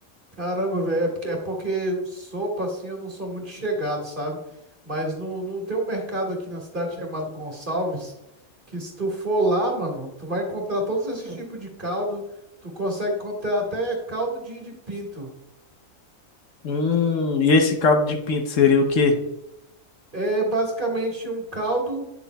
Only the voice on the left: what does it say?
Hum, e esse caldo de pinto seria o quê?